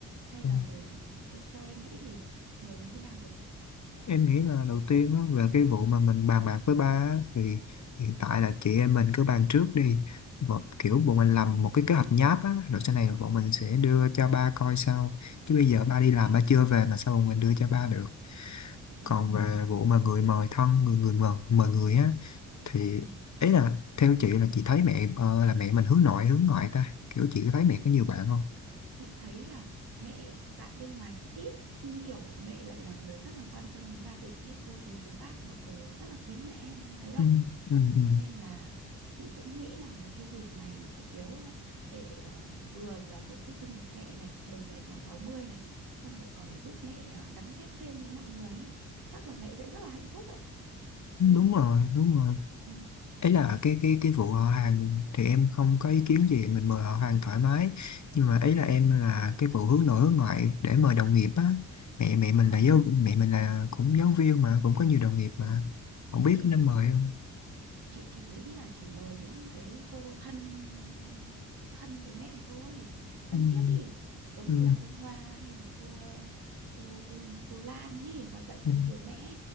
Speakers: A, on the right; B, on the left.
A: hay
B: ừm.
A: là mời em theo em nghĩ thì mời như thế nào được
B: em nghĩ là đầu tiên á, về cái vụ mà mình bàn bạc với ba á, thì hiện
A: ừ,
B: tại là chị em mình cứ bàn trước đi một kiểu
A: ừ,
B: bọn mình làm một cái kế hoạch nháp á rồi sau này bọn mình sẽ
A: rồi
B: đưa cho ba coi sau chứ bây giờ ba
A: ok
B: đi làm ba chưa về mà sao bọn mình đưa cho ba được
A: ừ,
B: còn về vụ
A: không
B: mà người mời thân người người mời mời người á thì
A: ừ.
B: ấy là theo chị là chị thấy mẹ ờ, là mẹ mình hướng nội hướng ngoại ta kiểu chị có thấy mẹ có nhiều bạn không
A: chị thấy là mẹ bạn bên ngoài thì ít nhưng kiểu mẹ lại là người rất là quan tâm đến gia đình ấy cô dì chú bác mọi người rất là quý mẹ em thấy không
B: Ừ, ừ, ừ.
A: cho nên là chị cũng nghĩ là một cái dịp này chủ yếu là để ờ, vừa là tổ chức sinh nhật mẹ này mừng mẹ tròn 60 này xong rồi còn giúp mẹ ờ, gắn kết thêm với mọi người ấy. chắc là mẹ sẽ rất là hạnh phúc ấy
B: đúng
A: chị nghĩ
B: rồi
A: thế
B: đúng rồi
A: ừ.
B: ấy là cái cái cái vụ họ hàng thì em không có ý kiến gì mình mời họ hàng thoải mái nhưng mà ấy
A: Ừ.
B: là em là cái vụ hướng nội hướng ngoại để mời đồng nghiệp á mẹ mẹ mình
A: không
B: là giáo mẹ mình là cũng giáo
A: ừ.
B: viên mà cũng có nhiều đồng nghiệp
A: ừ.
B: mà không biết
A: chị
B: có nên
A: thì
B: mời
A: chị
B: không
A: chị chỉ nghĩ là chỉ mời những cái cô thân à, chú thân với mẹ thôi thân
B: ừ,
A: thiết thì giống
B: ừ,
A: như là cô Hoa hay là cô ờ, cô cô, cô Lan ấy mà dạy cùng
B: ừ,
A: trường mẹ